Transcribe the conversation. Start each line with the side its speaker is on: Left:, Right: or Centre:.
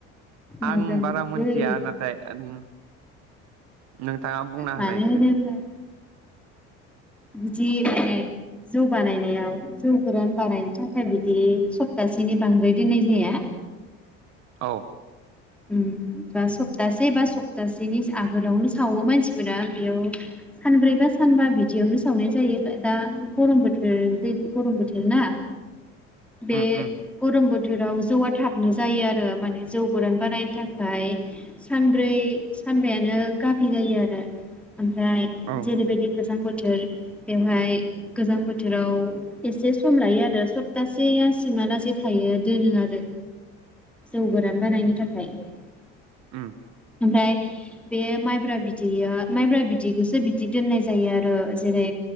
Right: आं
Centre: माइब्रानि
Right: बारा
Centre: बिदै
Right: मोनथिया नाथाय ओम नोंथाङा बुंना
Centre: मानो
Right: होलाय एसे
Centre: होनोब्ला बिदि माने जौ बानायनायाव जौ गोरान बानायनो थाखाय बिदि सप्तासेनि बांद्राय दोननाय जाया।
Right: औ।
Centre: उम बा सब सप्तासे बा सप्तासेनि आगोलावनो सावो मानसिफोरा बेयाव सानब्रै बा सानबा बिदियावनो सावनाय जायो दा गरम बोथोर दै गरम बोथोर ना। बे‌
Right: उम उम
Centre: गरम बो बोथोराव जौवा थाबनो जायो आरो माने जौ गोरान बानायनो थाखाय सानब्रै सानबायानो गाफि जायो आरो ओमफ्राय
Right: औ
Centre: जेरैबायदि गोजां बोथोर बेवहाय गोजां बोथोराव एसे सम लायो आरो सप्तासे आ सिमालासे थायो दोनो आरो जौ गोरान बानायनो था <unintelligible>
Right: ओम
Centre: ओमफ्राय बे माइब्रा बिदैया माइब्रा बिदैखौसो बिदि दोननाय जायो आरो जेरै